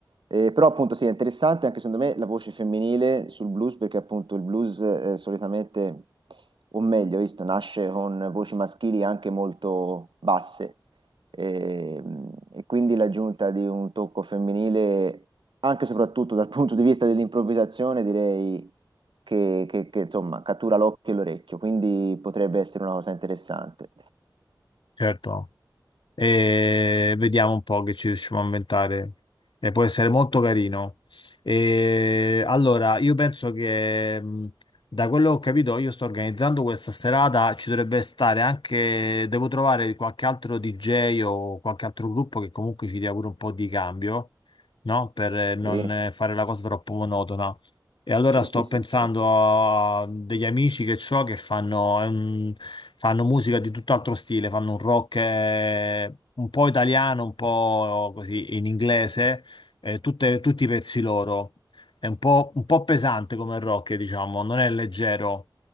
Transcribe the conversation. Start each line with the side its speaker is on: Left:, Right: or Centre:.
Right: Eh, però appunto sì, è interessante anche secondo me la voce femminile sul blues perché appunto il blues eh, solitamente, o meglio, visto, nasce con voci maschili anche molto basse e, e quindi l'aggiunta di un tocco femminile anche e soprattutto dal punto di vista dell'improvvisazione direi che, che- che, insomma cattura l'occhio e l'orecchio, quindi potrebbe essere una cosa interessante.
Left: Certo, e vediamo un po' che ci riusciamo a inventare. E può essere molto carino. E allora, io penso che mh, da quello che ho capito, io sto organizzando questa serata, ci dovrebbe stare anche, devo trovare qualche altro DJ o qualche altro gruppo che comunque ci dia pure un po' di cambio, no? Per eh, non
Right: Sì,
Left: eh, fare la cosa troppo monotona. E allora
Right: sì,
Left: sto
Right: sì, sì,
Left: pensando
Right: certo.
Left: a degli amici che ho che fanno, è un- fanno musica di tutt'altro stile, fanno un rock eh, un po' italiano, un po' così in inglese, eh, tutte- tutti i pezzi loro. È un po', un po' pesante come rock, diciamo, non è leggero.